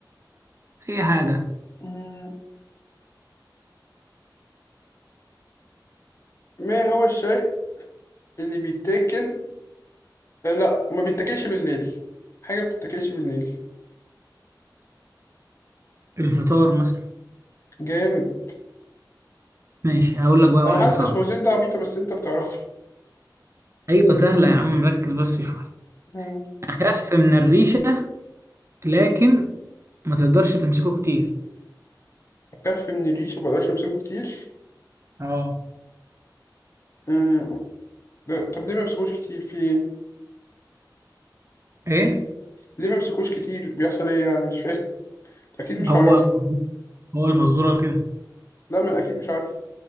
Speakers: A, on the right (about 35°); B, on the left (about 40°).
A: اي حاجة
B: مم. ما هو الشيء اللي بيتاكل آه، لا ما بيتاكلش بالليل حاجة بتتاكلش بالليل
A: الفطار مثلا
B: جامد
A: ماشي هقول لك بقى واحد
B: انا حاسس
A: صعب
B: الفوزيل ده عبيطة بس انت بتعرفها
A: ايوه سهلة يا عم ركز بس شوية
B: مم.
A: أخف من الريشة لكن ما تقدرش تمسكه كتير
B: بخاف من الريش ما بقدرش امسكه كتير
A: اه
B: مم. ده طب ليه ما بمسكوش كتير في ايه
A: ايه
B: ليه ما بمسكوش كتير بيحصل ايه يعني مش فاهم <laughs> اكيد مش
A: هو
B: هعرف
A: الفزورة هو الفزورة كده
B: لا ما انا اكيد مش عارف